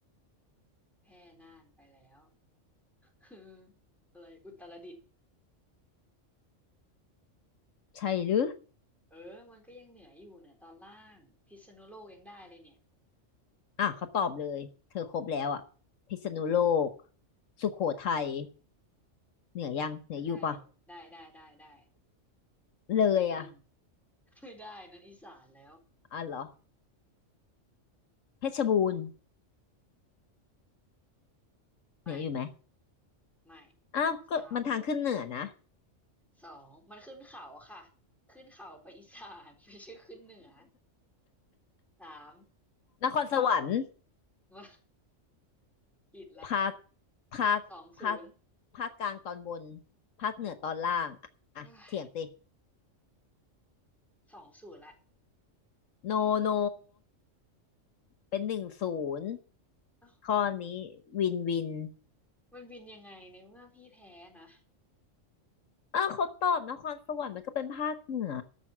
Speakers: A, in the centre; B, on the left (about 80°).
A: แพร่น่านไปแล้ว <laughs> คืออะไรอุตรดิตถ์
B: ใช่หรือ
A: เออมันก็ยังเหนืออยู่เนี่ยตอนล่างพิษณุโลกยังได้เลยเนี่ย
B: อ่ะเขาตอบเลยเธอครบแล้วอ่ะพิษณุโลกสุโขทัยเหนือยังเหนืออยู่ปะ
A: ก็ได้อยู่ได้ได้ได้ได้
B: เลยอ่ะ
A: อีกหนึ่งไม่ได้นั่นอีสานแล้ว
B: อ่ะเหรอเพชรบูรณ์เหนืออยู่ไหม
A: ไม่ไม่
B: อ้าวก็มันทางขึ้นเหนือนะ
A: สามสองมันขึ้นเขาค่ะขึ้นเขาไปอีสานไม่ใช่ขึ้นเหนือสาม
B: นครสวรรค์
A: สองมาผิดละ
B: ภาคภาคภาค
A: สองศูนย์
B: ภาคกลางตอนบนภาคเหนือตอนล่างอ่ะอ่ะเถียงติ
A: เอ้ยสองศูนย์ละ
B: โนโนเป็นหนึ่งศูนย์
A: เอ้า
B: ข้อนี้วินวิน
A: มันบินยังไงในเมื่อพี่แพ้นะ
B: อ้าวเขาตอบนครสวรรค์มันก็เป็นภาคเหนือ